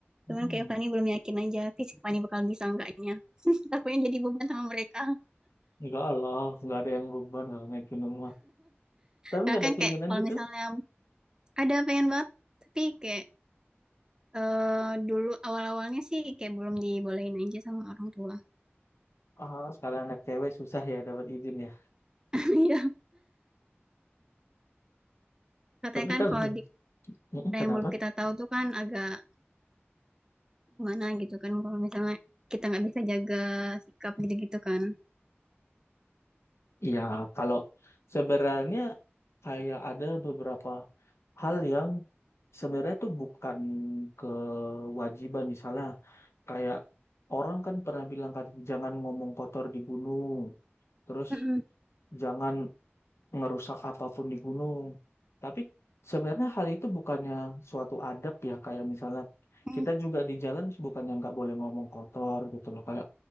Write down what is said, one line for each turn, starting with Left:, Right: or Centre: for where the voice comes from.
Left: Mm-mm.
Right: Cuman kayak Fani belum yakin aja fisik Fani bakal bisa enggaknya. <laughs> Takutnya jadi beban sama mereka.
Left: Enggak lah, nggak ada yang beban kalau naik gunung mah. Tapi
Right: Nah
Left: nggak
Right: kan
Left: ada keinginan
Right: kayak kalau
Left: gitu.
Right: misalnya ada pengen banget, tapi kayak eh dulu awal-awalnya sih kayak belum dibolehin aja sama orang tua.
Left: Ah, sekarang anak cewek susah ya dapat izin ya.
Right: <laughs> Iya, katanya
Left: Tapi
Right: kan
Left: kalau
Right: kalau di
Left: Mm-mm,
Right: yang
Left: kenapa?
Right: belum kita tahu tuh kan agak gimana gitu kan kalau misalnya kita nggak bisa jaga sikap gitu-gitu kan.
Left: Iya, kalau sebenarnya kayak ada beberapa hal yang sebenarnya itu bukan kewajiban misalnya kayak orang kan pernah bilang kan jangan ngomong kotor di gunung, terus
Right: Mm-mm.
Left: jangan ngerusak apapun di gunung. Tapi sebenarnya hal itu bukannya suatu adab ya kayak misalnya
Right: Mm-mm.
Left: kita juga di jalan bukannya nggak boleh ngomong kotor gitu loh kayak